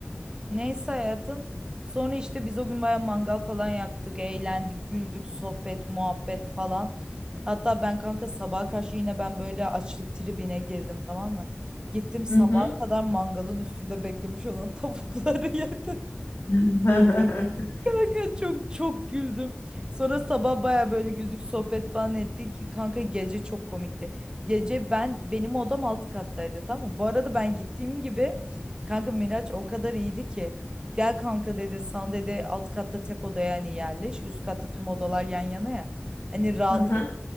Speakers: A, on the right; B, on the left.
A: Neyse hayatım. Sonra işte biz o gün bayağı mangal falan yaktık, eğlendik, güldük, sohbet, muhabbet falan. Hatta ben kanka sabaha karşı yine ben böyle açlık tribine girdim tamam mı? Gittim sabaha
B: Hı hı.
A: kadar mangalın üstünde beklemiş olan tavukları <laughs> yedim.
B: <laughs>
A: Kanka çok çok güldüm. Sonra sabah baya böyle güldük sohbet falan ettik. Kanka gece çok komikti. Gece ben benim odam alt kattaydı tamam mı? Bu arada ben gittiğim gibi kanka Miraç o kadar iyiydi ki. Gel kanka dedi sana dedi alt katta tek odaya hani yerleş. Üst katta tüm odalar yan yana ya. Hani rahat
B: Hı hı.
A: et.